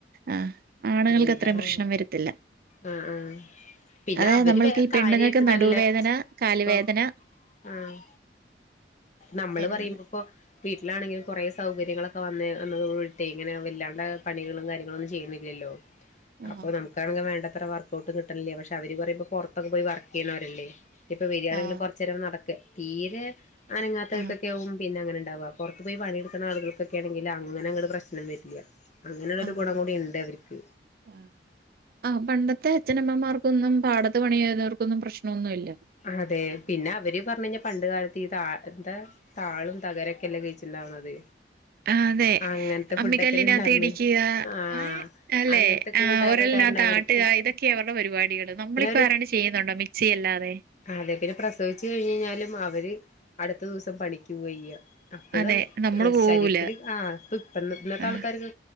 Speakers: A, on the right; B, on the left.
A: ആഹ് ആണുങ്ങൾക്ക്
B: എന്താണാവം
A: അത്രയും പ്രശ്നം വരത്തില്ല
B: ആഹ് ആഹ് പിന്നെ
A: അതായത്
B: അവര്
A: നമ്മൾക്ക് ഈ പെണ്ണുങ്ങൾക്ക്
B: കാര്യയിട്ട്
A: നടുവേദന
B: നല്ല
A: കാലുവേദന
B: ഇപ്പൊ ആഹ് നമ്മള്
A: വരുന്നത്
B: പറയുമ്പോ ഇപ്പോ വീട്ടിലാണെങ്കിലും കൊറെ സൗകര്യങ്ങളൊക്കെ വന്ന് വന്നതോണ്ട് കൂടിട്ടെ അങ്ങനെ വല്ലാണ്ട പണികളും കാര്യങ്ങളന്നും ചെയ്യുന്നില്ലല്ലോ
A: ആഹ്
B: അപ്പൊ നമു ക്കാണങ്കിൽ വേണ്ടത്ര വർക്ക്ഔട്ട കിട്ടില്ല പക്ഷെ അവര് പറയുമ്പോ പുറത്തൊക്കെ പോയി വർക്ക് ചെയ്യണവരല്ലേ ഇപ്പൊ വരിയാണെങ്കിലും
A: ആഹ്
B: കുറച്ച് നേരം നടക്ക തീരെ അനങ്ങാത്തവർക്കൊക്കെ
A: ആഹ്
B: ആവും പിന്നെ അങ്ങനെ ഉണ്ടാവാ പുറത്ത് പോയി പണിയെടുക്കുന്ന ആളുകൾകക്കെ ആണെങ്കി അങ്ങനങ്ങട്ട് പ്രശ് നംവരില്ല അങ്ങനെള്ളൊരു
A: ആഹ്
B: ഗുണം കൂടി ഉണ്ട് അവരിക്ക്
A: ആഹ് ആഹ് പണ്ടത്തെ അച്ഛനമ്മമാർക്കൊന്നും പാടത്ത് പണി ചെയ്ത വർക്കൊന്നും പ്രശ്നമൊന്നുമില്ല
B: അതെ പിന്നെ അവര് പറഞ് കഴിഞ്ഞാ പണ്ട് കാലത്ത് ഇതാ എന്താ താളും തകരൊക്കെല്ല കഴിച്ചിണ്ടാവുന്നത്
A: ആഹ് അതെ
B: അങ്ങനത്തെ
A: അമ്മിക്കല്ലിനകത്തിടിക്കുക
B: ഫുഡൊക്കെല്ല ഉണ്ടാർന്ന് ആഹ്
A: ആയെ അല്ലെ
B: അങ്ങനത്തൊക്കെ
A: ആ
B: ഒരു ഇതാവ
A: ഒരളിന
B: കാരണം
A: താട്ടുക
B: അവർക്ക്
A: ഇതൊക്കെയ അവരുടെ പരിപാടികള് നമ്മളിപ്പോ
B: പിന്നെ അവര്
A: <unintelligible> ചെയ്യുന്നുണ്ടോ മിക്സി അല്ലാതെ
B: അതെ പിന്നെ പ്രസവിച്ചു കഴിഞ്ഞാലും അവര് അടുത്ത ദിവസം പണിക്ക് പോവയ്യാ അപ്പോഴും
A: അതെ നമ്മള് പോവൂല
B: ശരീരത്തിന് ആ ഇപ്പ ഇപ്പം ഇന്നത്തെ
A: ആഹ്
B: ആൾക്കാര്